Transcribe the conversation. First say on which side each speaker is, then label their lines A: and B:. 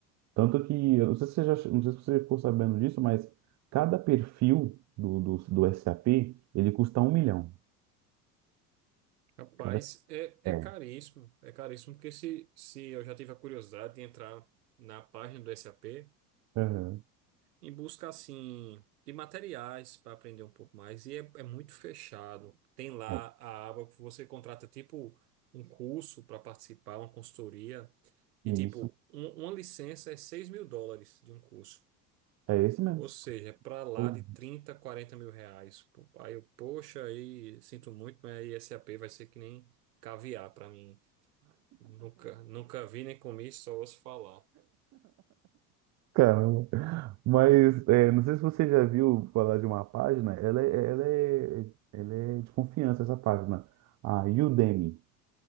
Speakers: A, on the right (about 35°); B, on the right (about 70°).
A: tanto que, eu não sei se você já, não sei se você ficou sabendo disso, mas cada perfil do, do, do SAP, ele custa um milhão.
B: Rapaz,
A: Cada,
B: é,
A: é,
B: é caríssimo. É caríssimo porque se, se eu já tive a curiosidade de entrar na página do SAP,
A: Aham.
B: em busca assim de materiais para aprender um pouco mais e é, é muito fechado. Tem lá
A: É.
B: a aba que você contrata tipo um curso para participar, uma consultoria e
A: Isso.
B: tipo um- uma licença é seis mil dólares de um curso.
A: É esse mesmo.
B: Ou seja, é para lá
A: Eu-
B: de 30 40 mil reais. Pô, Aí eu, poxa, aí sinto muito, mas aí SAP vai ser que nem caviar para mim. Nunca, nunca vi nem comi, só ouço falar.
A: Caramba. Mas é, não sei se você já viu falar de uma página, ela é, ela é, ela é de confiança, essa página, a Udemy.